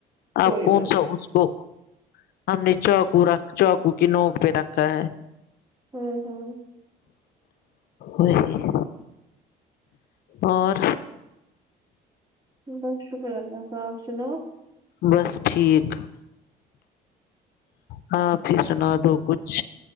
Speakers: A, on the right; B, on the left.
A: کوئی
B: آپ کون
A: بات
B: سا اس کو ہم نے چاقو رکھ چاقو کی نوک پہ رکھا ہے
A: ہوں ہوں
B: نہیں اور
A: بس شکار ہے اللہ کا اپ سناؤ
B: بس ٹھیک ہاں پھر سنا دو کچھ